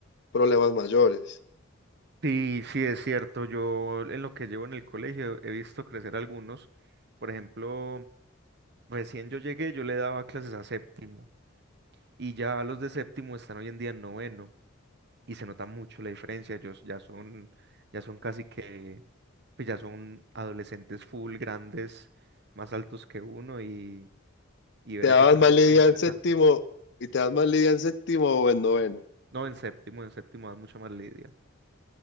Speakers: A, on the left (about 60°); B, on the right (about 55°).
A: problemas mayores.
B: Sí, sí, es cierto. Yo en lo que llevo en el colegio he visto crecer algunos. Por ejemplo, recién yo llegué, yo le daba clases a séptimo y ya los de séptimo están hoy en día en noveno y se nota mucho la diferencia. Ellos ya son, ya son casi que, pues ya son adolescentes full, grandes, más altos que uno y, y ver
A: Te daban
B: ese cambio
A: más lidia
B: ha sido interesante.
A: en séptimo y te dan más lidia en séptimo o en noveno.
B: No, en séptimo, en séptimo dan mucha más lidia.